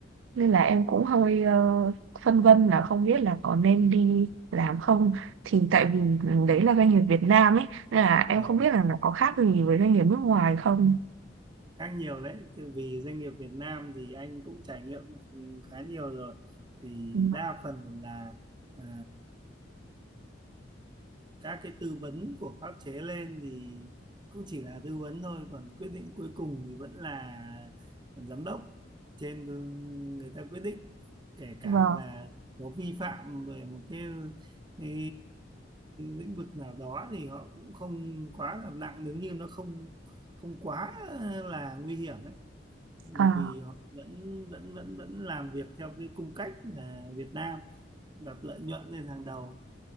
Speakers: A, on the right; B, on the right.
A: nên
B: Ừ.
A: là em cũng hơi ờ, phân vân là không biết là có nên đi làm không thì tại vì đấy là doanh nghiệp Việt Nam ấy nên là em
B: Ờ,
A: không biết là nó có khác gì với doanh nghiệp nước ngoài không.
B: khác nhiều đấy từ vì doanh nghiệp Việt Nam thì anh cũng trải nghiệm khá nhiều rồi thì
A: Ừ,
B: đa phần là à, các cái tư vấn của pháp chế lên thì cũng chỉ là tư vấn thôi còn quyết định cuối cùng thì vẫn là giám đốc trên người ta quyết định kể cả
A: Vâng.
B: là có vi phạm về một cái, cái lĩnh vực nào đó thì họ cũng không quá là nặng nếu như nó không không quá là nguy hiểm ấy
A: À,
B: vì họ vẫn vẫn vẫn vẫn làm việc theo cái cung cách là Việt Nam đặt lợi nhuận lên hàng đầu